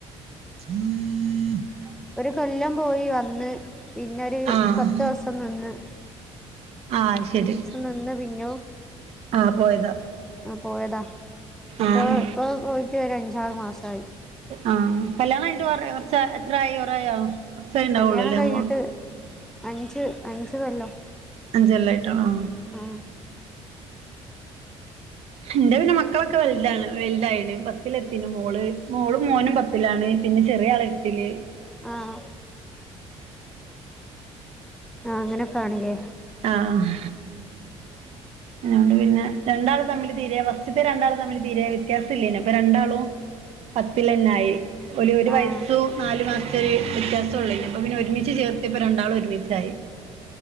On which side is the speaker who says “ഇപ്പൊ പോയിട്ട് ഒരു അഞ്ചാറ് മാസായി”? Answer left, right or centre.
Centre